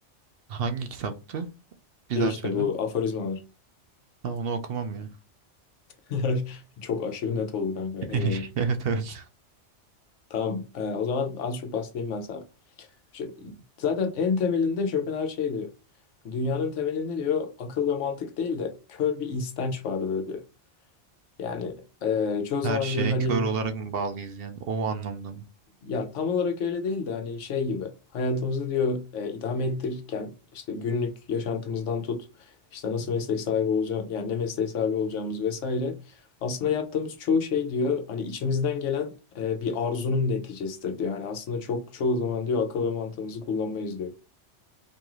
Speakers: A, on the right; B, on the left.
A: Hangi kitaptı? Bir
B: Şey
A: daha
B: işte
A: söyle.
B: bu aforizmalar.
A: Ha, onu okumam ya.
B: <laughs> Çok aşırı net oldu kanka. Eyvallah.
A: <laughs> Evet evet.
B: Tamam. Ee, o zaman az çok bahsedeyim ben sana. Şey, zaten en temelinde Schopenhauer şey diyor. Dünyanın temelinde diyor akıl ve mantık değil de kör bir istenç vardır diyor. Yani e, çoğu zaman
A: Her şeye
B: diyor hani
A: kör olarak mı bağlıyız yani? O anlamda mı?
B: ya tam olarak öyle değil de hani şey gibi hayatımızı diyor e, idame ettirirken işte günlük yaşantımızdan tut işte nasıl meslek sahibi olacağım yani ne mesleği sahibi olacağımız vesaire. Aslında yaptığımız çoğu şey diyor hani içimizden gelen e, bir arzunun neticesidir diyor. Hani aslında çok çoğu zaman diyor akıl ve mantığımızı kullanmayız diyor.